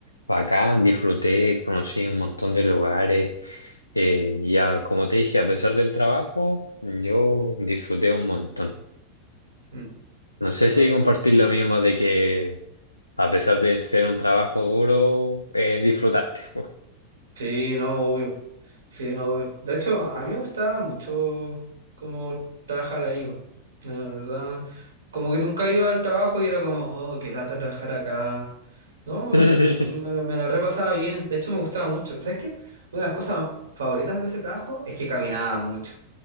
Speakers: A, on the left; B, on the right.
A: bacán, disfruté, conocí un montón de lugares, eh, ya como te dije, a pesar del trabajo, yo disfruté un montón.
B: mm,
A: No sé
B: muy
A: si
B: bacán.
A: compartir lo mismo de que A pesar de ser un trabajo duro, eh, disfrutaste. po.
B: Sí, no, obvio. Sí, no, obvio. De hecho, a mí me gustaba mucho cómo trabajar ahí, weón. La verdad, como que nunca iba al trabajo y era como, oh, qué lata trabajar acá. No,
A: <laughs>
B: me lo, me lo repasaba bien. De hecho, me gustaba mucho. ¿Sabes qué? Una de las cosas favoritas de ese trabajo es que caminaba mucho.